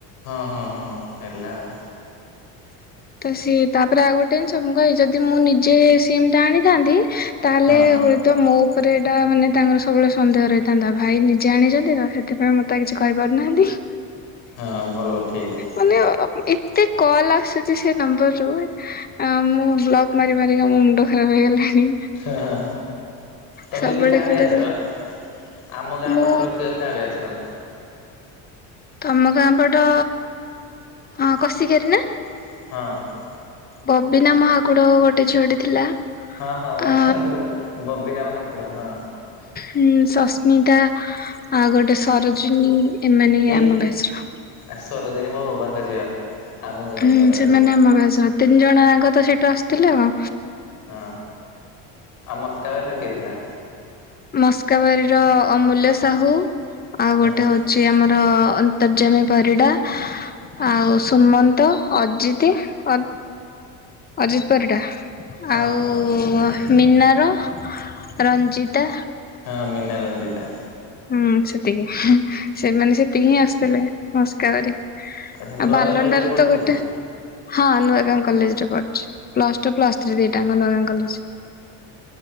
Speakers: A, on the left; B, on the left.
A: ହଁ ହଁ ହଁ ହେଲା ଆଉ।
B: ତ ସିଏ ତାପରେ ଆଉ ଗୋଟେ ଏ ଯଦି ମୁଁ ନିଜେ ସିମ୍ ଟା ଆଣିଥାନ୍ତି ତାହେଲେ
A: ହଁ
B: ହୁଏତ ମୋ ଉପରେ ଏଇଟା ମାନେ ତାଙ୍କର ସବୁବେଳେ ସନ୍ଦେହ ରହିଥାନ୍ତା। ଭାଇ ନିଜେ ଆଣିଛନ୍ତି ତ ସେ ସେଥିପାଇଁ ମତେ ଆଉ କିଛି କହିପାରୁନାହାନ୍ତି।
A: ହଁ ଭଲ ଠିକ୍।
B: ମାନେ ଏତେ କଲ ଆସୁ ଚି ସେ ନମ୍ବରରୁୁ ଅ ମୁଁ ବ୍ଲକ୍ ମାରିମାରିକା ମୋ ମୁଣ୍ଡ ଖରାପ ହେଇଗଲାଣି।
A: ହ ହ ତମେ
B: ସବୁବେଳେ
A: ଦିଦି କା
B: ଖାଲି
A: ବ୍ୟାଚ୍ ର? ଆମ ଗାଁ
B: ମୁଁ
A: ପଟର କ କା ବ୍ୟାଚ୍ ର?
B: ତମ ଗାଁ ପଟ ହ କସିକିଆରୀ ନା?
A: ହଁ।
B: ବବିନା ମହାକୁଡ ଗୋଟେ ଝିଅଟେ ଥିଲା।
A: ହଁ ହଁ ବାସ
B: ଆ
A: ବାସ ବା ବବିନା ମହାକୁଡ ହଁ।
B: ହୁଁ ସସ୍ମିତା ଆଉ ଗୋଟେ ସରୋଜିନୀ ଏମାନେ
A: ଏ
B: ଆମ ବ୍ୟାଚ୍ ର।
A: ଆ ସରୋଜିନୀ ମୋ ବୋବାଙ୍କ ଝିଅ। ଆମ
B: ହୁଁ
A: ଘର
B: ସେମାନେ
A: ଏପଟ
B: ଆମ ବ୍ୟାଚ୍ ର। ତିନି ଜଣଆଙ୍କ ତ ସେଇଠୁ ଆସିଥିଲେ ଆଉ।
A: ହଁ ଆମ ସ୍କାବାରର କିଏ ଥିଲା।
B: ମସ୍କାବାରି ର ଅମୂଲ୍ୟ ସାହୁ ଆଉ
A: ହଁ
B: ଗୋଟେ
A: ହଁ
B: ହଉ ଚି ଆମର ଅନ୍ତର୍ଜାମ ପରିଡା। ଆଉ ସୁମନ୍ତ ଅଜିତି ଅ ଅଜିତ୍ ପରିଡ଼ା।
A: ହଁ
B: ଆଉ
A: ହଁ ଅଜିତ ପରିଡ଼ା
B: ମିନାର ରଞ୍ଜିତା।
A: ହଁ ମିନା ରଞ୍ଜିତା।
B: ହୁଁ ସେତିକି। ସେମାନେ ସେତିକି ହିଁ ଆସିଥିଲେ ମସ୍କାବାରି।
A: ଆଚ୍ଛା
B: ଆ
A: ନୂଆ
B: ବାଲଣ୍ଡାର
A: ଗାଁ କଲେଜରେ ପଢୁଥିଲ?
B: ତ ଗୋଟେ। ହଁ ନୂଆ ଗାଁ କଲେଜ ରେ ପଢୁଚି। ପ୍ଲସ ଟୁ ପ୍ଲସ ଥ୍ରୀ ଦିଟାଙ୍କ ନୂଆ ଗାଁ କଲେଜ।